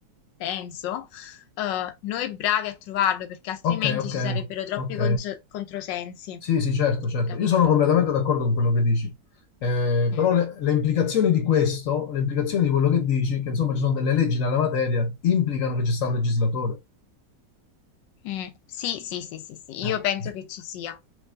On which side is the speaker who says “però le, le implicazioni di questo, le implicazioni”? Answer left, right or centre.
Left